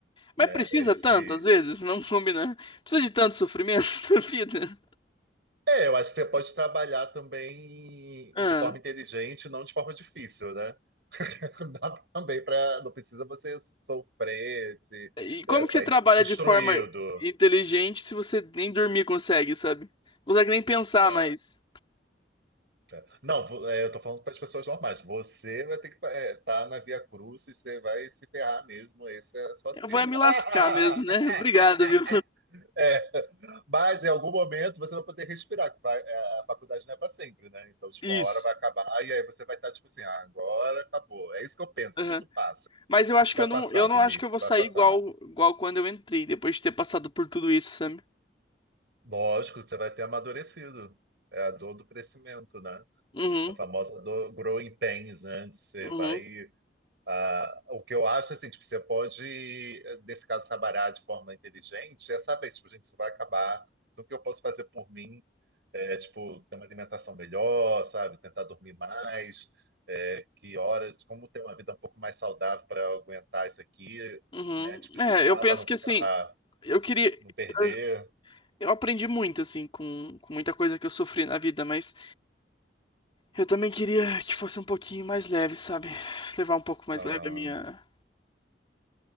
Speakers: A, on the left (about 30°); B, on the right (about 70°).
A: Mas
B: né?
A: precisa
B: Esse...
A: tanto, às vezes, Não combinar. Precisa de tanto sofrimento <laughs> na vida.
B: É, eu acho que você pode trabalhar também
A: Ah.
B: de forma inteligente, não de forma difícil, né? <laughs> Dá também para, não precisa você sofrer, se,
A: E como
B: né, sair
A: que você trabalha
B: destruído.
A: de forma inteligente se você nem dormir consegue, sabe? Não consegue nem pensar
B: Não,
A: mais.
B: é. Não, vo- é, eu tô falando para as pessoas normais. Você vai ter que estar na Via Cruz e você vai se ferrar mesmo. Essa é a sua
A: Eu
B: sina.
A: vou é me
B: <laughs>
A: lascar mesmo, né? <laughs> Obrigado, viu?
B: É, mas em algum momento você vai poder respirar, que vai- é, a faculdade não é para sempre, né? Então, tipo,
A: Isso.
B: uma hora vai acabar e aí você vai estar tipo assim, ah, agora acabou. É isso que eu penso,
A: Aham.
B: tudo passa.
A: Mas eu acho
B: Isso vai
A: que eu
B: passar,
A: não, eu não
B: Vinícius,
A: acho que eu vou
B: vai
A: sair
B: passar.
A: igual, igual quando eu entrei, depois de ter passado por tudo isso, sabe
B: Lógico, você vai ter amadurecido. É a dor do crescimento, né?
A: Uhum,
B: A famosa dor growing pains, né? Você
A: uhum,
B: vai Ah, o que eu acho, assim, tipo, você pode, nesse caso, trabalhar de forma inteligente, é saber, tipo, gente, isso vai acabar, então o que eu posso fazer por mim é, tipo, ter uma alimentação melhor, sabe, tentar dormir mais, é, que horas, como ter uma vida um pouco mais saudável para aguentar isso aqui,
A: uhum.
B: né, tipo, estudar
A: É, eu penso
B: para não
A: que
B: ficar,
A: assim, eu queria.
B: não perder
A: Eu, eu aprendi muito, assim, com, com muita coisa que eu sofri na vida, mas eu também queria que fosse um pouquinho mais leve, sabe? Levar um pouco mais
B: ah,
A: leve a minha.